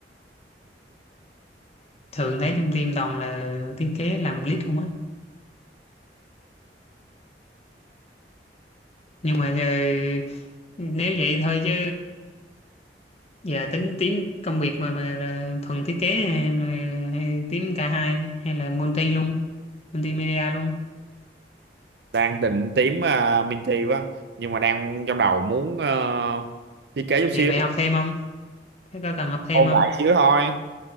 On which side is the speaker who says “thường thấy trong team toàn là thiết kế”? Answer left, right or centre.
Left